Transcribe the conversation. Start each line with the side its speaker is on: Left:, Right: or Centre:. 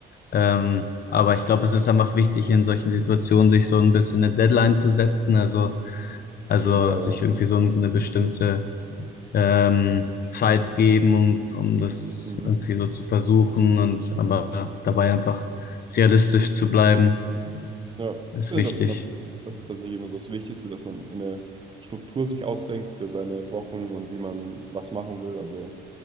Left: Ähm, aber ich glaube, es ist einfach wichtig, in solchen Situationen sich so ein bisschen eine Deadline zu setzen. Also also
Right: Auf jeden Fall,
Left: sich
Right: ja.
Left: irgendwie so eine bestimmte ähm, Zeit geben, um um das
Right: Mhm.
Left: irgendwie so zu versuchen und aber dabei einfach realistisch zu bleiben,
Right: Ja,
Left: ist
Right: ich finde,
Left: wichtig.
Right: das ist immer, das ist tatsächlich immer so das Wichtigste, dass man eine Struktur sich ausdenkt für seine Wochen und wie man was machen will. Also